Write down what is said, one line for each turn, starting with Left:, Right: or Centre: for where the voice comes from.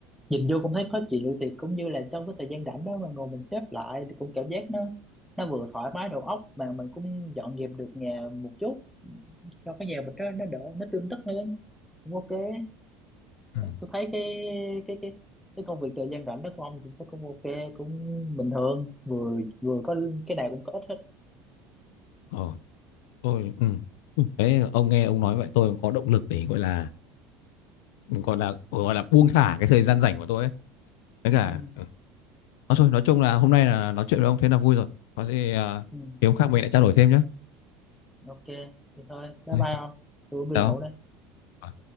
Centre: nhìn vô cũng thấy khó chịu thì cũng như là trong cái thời gian rảnh đó mà ngồi mình xếp lại thì cũng cảm giác nó nó vừa thoải mái đầu óc mà mình cũng dọn dẹp được nhà một chút cho cái nhà mình đó nó đỡ nó tươm tất hơn cũng ok
Left: Ừ.
Centre: tôi thấy cái cái cái cái công việc thời gian rảnh đó của ông cũng thấy cũng ok cũng bình thường vừa vừa có cái nào cũng có ít hết
Left: ờ tôi ừ. Ừ. Đấy, ông nghe ông nói vậy tôi cũng có động lực để gọi là gọi là gọi là buông thả cái thời gian rảnh của tôi ấy với cả
Centre: ừ.
Left: ừ. nói thôi nói chung là hôm nay là nói chuyện với ông thế là vui rồi có gì uh,
Centre: Ừ.
Left: thì hôm khác mình lại trao đổi thêm nhé
Centre: ok thì thôi bye
Left: Đấy,
Centre: bye ông tôi cũng đi
Left: chào
Centre: ngủ
Left: ông.
Centre: đây